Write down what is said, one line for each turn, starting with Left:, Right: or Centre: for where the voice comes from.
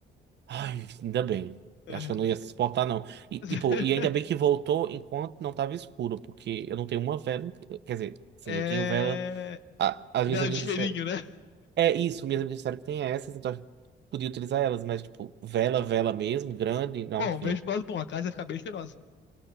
Right: Ai, ainda bem.
Left: É.
Right: Eu Acho que eu não ia suportar, não. E, tipo,
Left: <laughs>
Right: e ainda bem que voltou enquanto não tava escuro, porque eu não tenho uma vela. em ca- Quer dizer, sim,
Left: É...
Right: eu tenho vela. a- as
Left: Vela
Right: minhas amigas
Left: de cheirinho,
Right: disseram.
Left: né?
Right: É isso, minhas amigas disseram que tem essas, então a podia utilizar elas, mas, tipo, vela, vela mesmo, grande, não
Left: Bom,
Right: tinha.
Left: vejo pro lado bom, a casa ia ficar bem cheirosa.